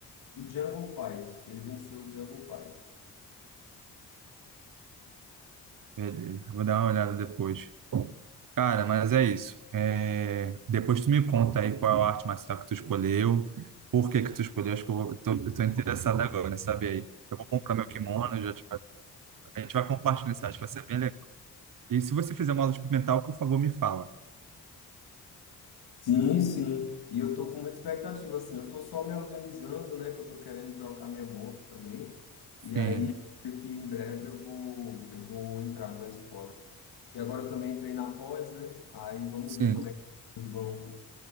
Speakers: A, on the left (about 70°); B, on the right (about 55°).
A: O Jungle Fight, ele venceu o Jungle Fight.
B: Beleza, vou dar uma olhada depois. Cara, mas é isso. É, Depois tu me conta aí qual é a arte marcial que tu escolheu, por que que tu escolheu. Acho que eu, vou... tô... eu tô interessado agora, né? Saber aí. Eu vou comprar meu kimono, já te... a gente vai compartilhar isso, acho que vai ser bem legal. E se você fizer uma aula experimental, por favor, me fala.
A: Sim, sim. E eu tô com muita expectativa, assim. Eu tô só me organizando, né? Que eu tô querendo trocar minha moto também.
B: Sim,
A: E aí, creio que em breve eu vou, eu vou entrar numa escola. E agora eu também entrei na pós, né? Aí vamos
B: sim.
A: ver como é que eles vão,